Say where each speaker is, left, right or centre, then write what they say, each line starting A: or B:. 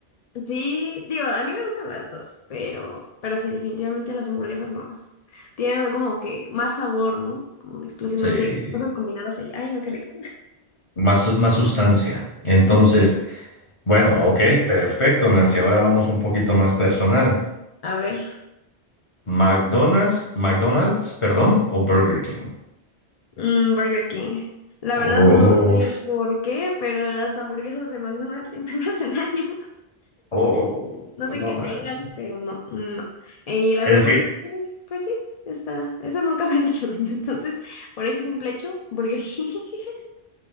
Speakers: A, on the left; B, on the left.
A: Sí, digo, a mí me gustan las dos, pero, pero sí, definitivamente las hamburguesas no. Tienen como que más sabor, ¿no? Como una explosión
B: Sí,
A: más de cosas combinadas ahí. Ay, no, qué rico.
B: más, su- más sustancia. Entonces,
A: Sí,
B: bueno, ok, perfecto, Nancy. Ahora vamos un poquito más personal.
A: a ver.
B: McDonald's, McDonald's, perdón, o Burger King.
A: mm, Burger King. La
B: Oh,
A: verdad no sé por qué, pero las hamburguesas de McDonald's siempre <laughs> me hacen daño.
B: oh,
A: No
B: no
A: sé qué
B: man.
A: tengan, pero no, no. Y las
B: Es
A: de Burger King, pues sí, está. Esas nunca me han hecho daño. Entonces, por ese simple hecho, Burger King <laughs>